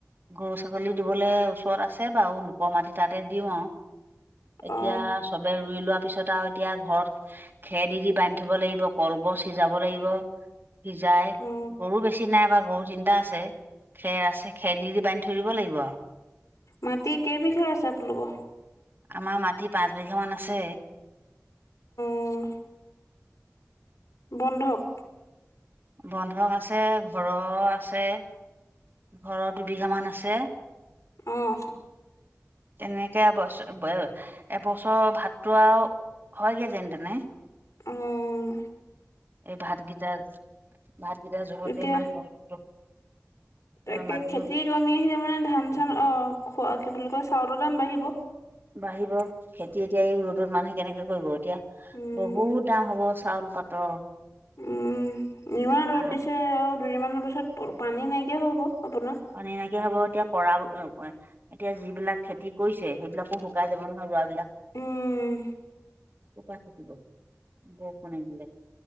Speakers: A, on the right; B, on the left.
A: গৰু ছাগলী দিবলৈ ওচৰত আছে বাৰু লোকৰ মাটি তাতে দিওঁ আৰু এতিয়া
B: অ
A: চব ৰুই লোৱা পিছত আৰু এতিয়া ঘৰত খেৰ দি দি বান্ধি থব লাগিব কলগছ সিজাব লাগিব সিজাই
B: অ
A: গৰু বেছি নাই বা গৰু তিনিটা আছে খেৰ আছে। খেৰ দি বান্ধি থৈ দিব লাগিব আৰ
B: মাটি কেই বিঘা আছে আপোনালোকৰ
A: আমাৰ মাটি পাঁচ বিঘা মান আছে।
B: উম বন্ধক
A: বন্ধক আছে, ঘৰৰ আছে। ঘৰত দুবিঘা মান আছে।
B: অঁ।
A: তেনেকে বছৰ এবছৰ ভাতটো আৰু হয়গে যেন তেনে।
B: উম
A: এই ভাতকেইটা ভাতকেইটা জহতে
B: এতিয়া
A: ইমান কষ্ট।
B: তাকে
A: এইবাৰ মাটিও
B: খেতি কমি আহিলে মানে ধান-চান অ খোৱা কি বুলি তই চাউলৰ দাম বাঢ়িব
A: বাঢ়িব খেতি এতিয়া এই ৰ'দত মানুহে কেনেকে কৰিব এতিয়া
B: উম
A: বহুত দাম হব চাউল পাতৰ।
B: উম ইমান
A: ভাত
B: ৰ'দ দিছে আৰু দুদিনমানৰ পিছত পানী নাইকিয়া হ'ব আপোনাৰ।
A: মানে এনেকে হ'ব এতিয়া কৰা এতিয়া যিবিলাক খেতি কৰিছে সেইবিলাকো শুকাই যাব নহয় ৰোৱাবিলাক।
B: উম
A: কৰপৰা থাকিব <inaudible> বৰষুণ নিদিলে